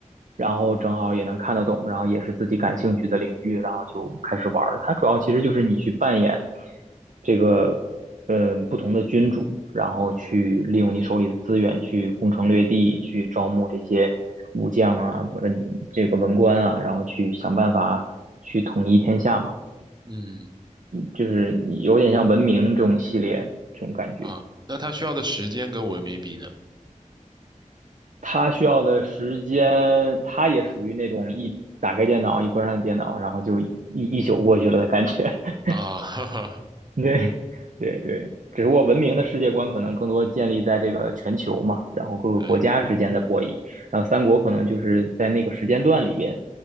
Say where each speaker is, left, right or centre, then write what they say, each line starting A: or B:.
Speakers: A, on the right; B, on the right.
A: 然后正好也能看得懂，然后也是自己感兴趣的领域，然后就开始玩儿。它主要其实就是你去扮演这个呃不同的君主，然后去利用你手里的资源去攻城略地，去招募这些武将啊、文这个文官啊，然后去想办法去统一天下嘛，
B: 嗯
A: 就是有点像文明这种系列这种感觉。
B: 啊，那它需要的时间跟文明比呢？
A: 他需要的时间，他也属于那种一打开电脑，一关上电脑，然后就一一宿过去了的感觉。<laughs>
B: 啊，<laughs> 哈哈，
A: 对，对对，只不过文明的世界观可能更多建立在这个全球嘛，然后各个国家之间的博弈，
B: 对，
A: 然后三国可能就是在那个时间段里边，